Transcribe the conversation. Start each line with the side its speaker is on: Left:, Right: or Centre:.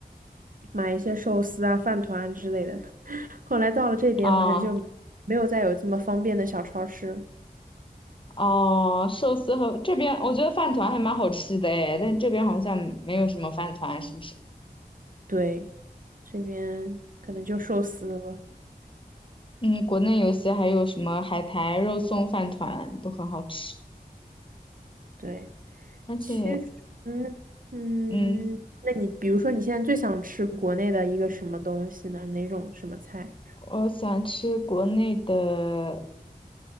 Right: 买一些寿司啊、饭团啊之类的。<laughs> 后来到了这边，
Left: 啊
Right: 好像就没有再有这么方便的小超市了。
Left: 哦，寿司和这边我觉得饭团还蛮好吃的诶，但这边好像没有什么饭团，是不是？
Right: 对，这边可能就寿司了。
Left: 嗯，国内有些还有什么海苔肉松饭团都很好吃，
Right: 对，
Left: 而且，
Right: 其实，嗯，嗯那你比如说你现在最想吃国内的一个什么东西呢？
Left: 嗯，
Right: 哪种什么菜？
Left: 我想吃国内的